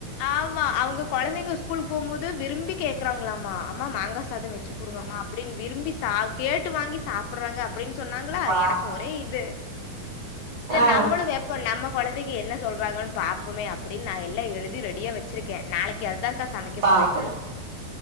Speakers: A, on the left; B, on the right.
A: ஆமா அவுங்க கொழந்தைங்க ஸ்கூலுக்கு போம் போது விரும்பி கேக்குறாங்களாமா அம்மா மாங்கா சாத வச்சு குடுங்கம்மா அப்டின்னு விரும்பி சா கேட்டு வாங்கி சாப்புடுறாங்க அப்டின்னு சொன்னாங்களா
B: பாப்போ
A: எனக்கு ஒரே இது சேரி
B: ஆ
A: நம்மளு இப்ப நம்ம கொழந்தைக்கு என்ன சொல்றாங்கன்னு பாப்போமே அப்டின்னு நா எல்லா எழுதி ரெடியா வச்சுருக்கே நாளைக் கி அதுதான்கா சமைக்க
B: பாப்போ
A: போறே